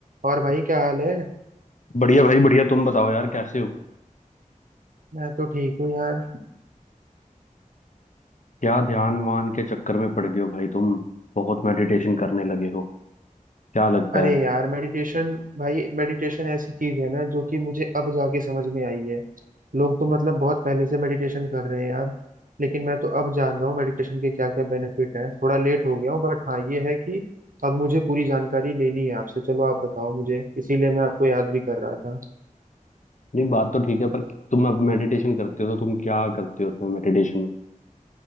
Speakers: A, on the right (about 75°); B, on the left (about 60°).
A: और भाई क्या हाल है
B: बढ़िया भाई बढ़िया तुम बताओ यार कैसे हो
A: मैं तो ठीक हूँ यार
B: क्या ध्यान वान के चक्कर में पड़ गए हो भाई तुम बहुत मेडिटेशन करने लगे हो क्या लगता
A: अरे
B: है
A: यार मेडिटेशन भाई मेडिटेशन ऐसी चीज है ना जो कि मुझे अब जाके समझ में आई है लोग तो मतलब बहुत पहले से मेडिटेशन कर रहे हैं यार लेकिन मैं तो अब जान रहा हूँ मेडिटेशन के क्या क्या बेनिफिट हैं थोड़ा लेट हो गया हूँ बट हाँ ये है कि अब मुझे पूरी जानकारी लेनी है आपसे चलो आप बताओ मुझे इसीलिए मैं आपको याद भी कर रहा था
B: नहीं बात तो ठीक है पर तुम अब मेडिटेशन करते हो तो तुम क्या करते हो उसमें मेडिटेशन में